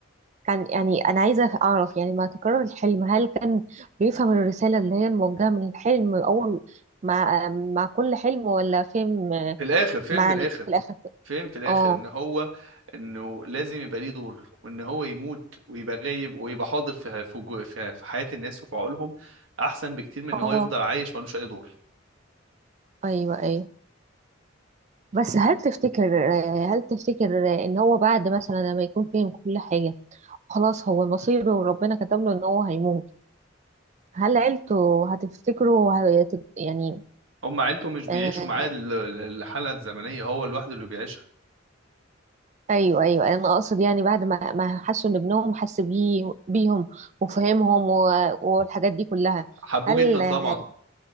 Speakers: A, on the right; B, on the right.
A: كان يعني أنا عايزة أعرف يعني ما تكرر الحلم هل كان بيفهم الرسالة اللي هي الموجهة من الحلم أول مع مع كل حلم ولا فهم
B: في الاخر فين
A: مع
B: في الاخر
A: ال- في الآخر
B: فهم في الاخر
A: اه
B: ان هو انه لازم يبقى ليه دور وان هو يموت ويبقى غايب ويبقى حاضر في في جو- في في حياة الناس وفي عقولهم احسن بكتير من ان
A: اه
B: هو يفضل عايش ملوش اي دور
A: أيوه أيوه بس هل تفتكر هل تفتكر إن هو بعد مثلا لما يكون فهم كل حاجة خلاص هو مصيره وربنا كتب له إن هو هيموت هل عيلته هتفتكره وهي- يعني
B: هم عيلته مش بيعيشوا
A: آه،
B: معاه ال- ال- الحلقة الزمنية هو لوحده اللي بيعيشها
A: ايوه ايوه انا اقصد يعني بعد ما ما حسوا ان ابنهم حس بيه بيهم وفهمهم و- والحاجات دي كلها
B: حبوه
A: هل
B: جدا
A: هي-
B: طبعا